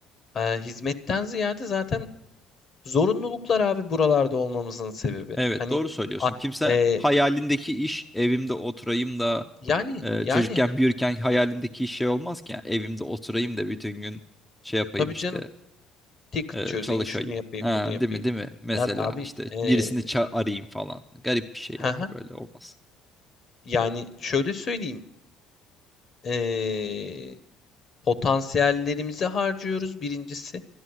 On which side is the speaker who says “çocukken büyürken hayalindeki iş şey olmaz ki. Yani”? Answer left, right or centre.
Centre